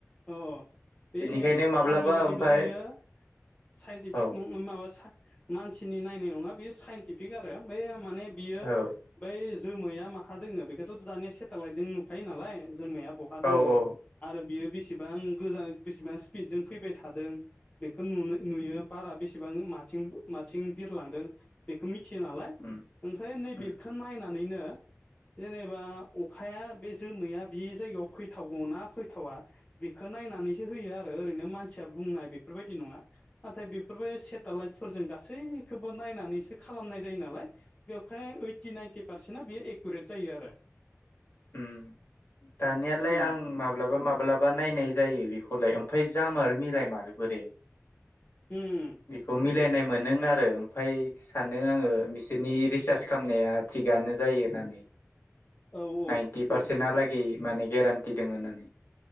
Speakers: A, on the left; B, on the left.
A: अ बे
B: बेनिखायनो माब्लाबा
A: आंनि बादिब्ला
B: ओमफाय
A: बियो साइन्टिफिक
B: औ
A: नं माबा सा मानसि नि नायनाय नङा बेयो साइन्टिफिक आरो बै माने बियो
B: औ
A: बै जोमैया माहा दोङो बेखौथ' दानिया सेटेलाइट जों नुखायो नालाय जोमैया बहा दोङो
B: औ औ
A: आरो बियो बिसेबां गोजान बिसेबां स्पिडजों फैबाय थादों बेखौ नुनो नुयो बारा बेसेबां माथिं माथिं बिरलांदों बेखौ मि थियो नालाय
B: उम
A: ओमफ्राय नै
B: उम
A: बेेखौ नायना नैनो जेनेबा अखाया बे जोमैया बे जायगायाव फैथावगौना फैथावा बिखो नायनानैसो होयो आरो ओरैनो मानसिया बुंनाय बेफोरबायदि नङा नाथाय बेफोरबो सेटेलाइटफोरजों गासैखौबो नायनानैसो खालामनाय जायो नालाय बेवहाय ओइटि नाइनटि पारसेन्टआ बेयो एकुरेट जायो आरो
B: ओम दानियालाय
A: उम
B: आं माब्लाबा माब माब्लाबा नायनाय जायो बेखौलाय ओमफ्राय जामारो मिलायमारो बोरै?
A: उम
B: बेखौ मिलाय नाय मोनो आरो ओमफाय सान्दों आङो बिसोरनि रिसार्च खालामनाया थिगानो जायो होननानै बै
A: औ
B: नाइन्टि पारसेन्टालागि
A: औ
B: माने गेरेन्टि दोङो होननानै